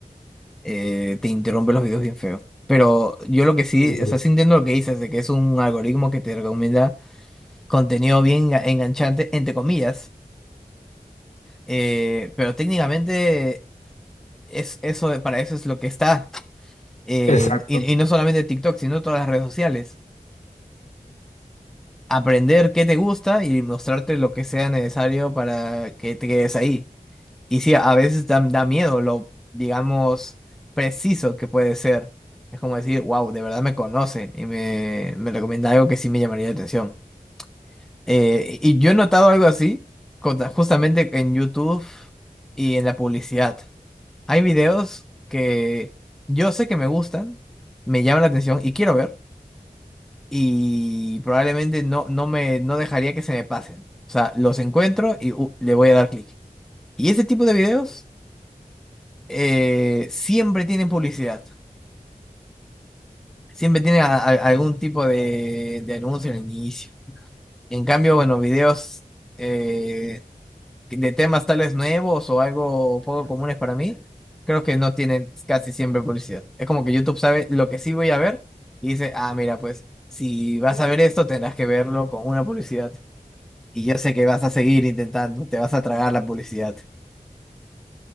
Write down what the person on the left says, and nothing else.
Es verdad.
Exacto.